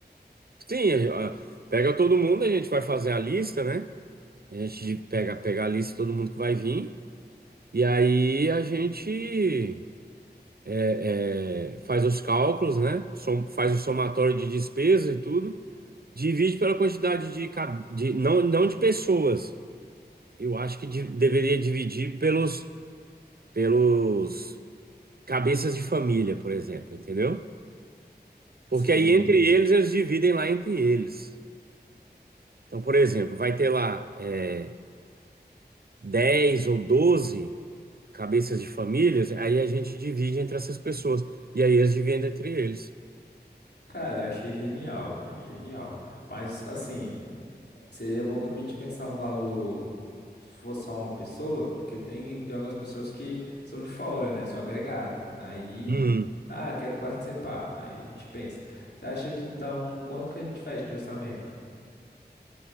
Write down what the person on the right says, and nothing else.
Sim, a- a- pega todo mundo, a gente vai fazer a lista, né? A gente pega, pega a lista de todo mundo que vai vir. E aí a gente é, é, faz os cálculos, né? Som- faz o somatório de despesa e tudo. Divide pela quantidade de, cab- de não, não de pessoas. Eu acho que di- deveria dividir pelos, pelos cabeças de família, por exemplo, entendeu? Porque
aí entre eles, eles dividem lá entre eles. Então, por exemplo, vai ter lá é, 10 ou 12 cabeças de famílias, aí a gente divide entre essas pessoas. E aí eles dividem entre eles.
Hum.